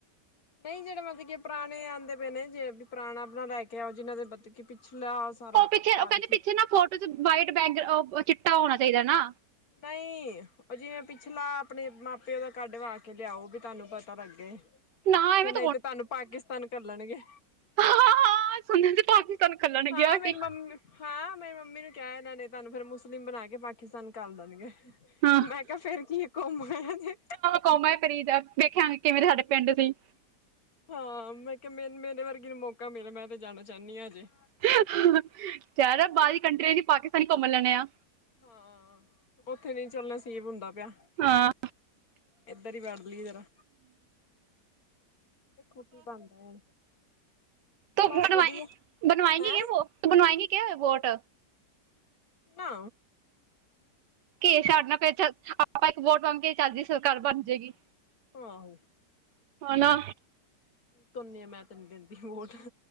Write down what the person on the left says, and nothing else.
ਨਹੀਂ ਜਿਹੜੇ ਮਤਲਬ ਕਿ ਪੁਰਾਣੇ ਆਉਂਦੇ ਪਏ ਨੇ ਜੇ ਵੀ ਪੁਰਾਣਾ ਆਪਣਾ ਲੈ ਕੇ ਆਓ ਜਿਨਾਂ ਦੇ ਮਤਲਬ ਕਿ ਪਿਛਲਾ ਸਾਰਾ
ਕਾਗਜ਼
ਨਹੀਂ ਉਹ ਜਿਵੇਂ ਪਿਛਲਾ ਆਪਣੇ ਮਾਂ ਪਿਓ ਦਾ ਕੱਢ ਵ ਕੇ ਲਿਆਓ ਵੀ ਤੁਹਾਨੂੰ ਪਤਾ ਲੱਗੇ
ਫਿਰ ਨਹੀਂ ਤੇ ਤੁਹਾਨੂੰ ਪਾਕਿਸਤਾਨ ਕੱਲਣ ਗੇ
ਹਾਂ
ਮੇਰੀ
ਮੰਮੀ ਹਾਂ ਮੇਰੀ ਮੰਮੀ ਨੂੰ ਕਿਹਾ ਇਹਨਾਂ ਨੇ ਤੁਹਾਨੂੰ ਫਿਰ ਮੁਸਲਿਮ ਬਣਾ ਕੇ ਪਾਕਿਸਤਾਨ ਕੱਲ ਦੇਣਗੇ
ਮੈਂ ਕਿਹਾ ਫਿਰ ਕੀ ਘੁੰਮ ਆਇਆ ਜੇ
ਹਾਂ ਮੈਂ ਕਿਹਾ ਮ ਮੇਰੇ ਵਰਗੀ ਨੂੰ ਮੌਕਾ ਮਿਲਿਆ ਮੈਂ ਤੇ ਜਾਣਾ ਚਾਹੁੰਦੀ ਹਾਂ ਅਜੇ
ਹਾਂ ਉਥੇ ਨਹੀਂ ਚੱਲਣਾ ਸੀਬ ਹੁੰਦਾ ਪਿਆ
ਇਧਰ ਹੀ ਵੜ ਜਰਾ ਓ ਕੀ ਬਣਦਾ
ਬਸ
ਵਧੀਆ
ਹੈਂ
ਨਾ
ਹਾਂ
ਧੋਨੇ ਮੈਂ ਤੇ ਨੀ ਦਿੰਦੀ ਵੋਟ,